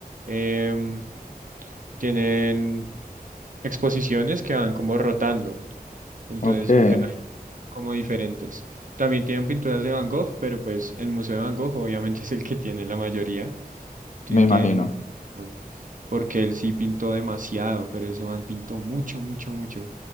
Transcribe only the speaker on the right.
em, tienen exposiciones que van como rotando. Entonces
siempre hay como diferentes. También tienen pinturas de Van Gogh, pero pues el Museo de Van Gogh obviamente <laughs> es el que tiene la mayoría. Tien-
Tienen un montón, porque él sí pintó demasiado, pero ese man pintó mucho, mucho, mucho.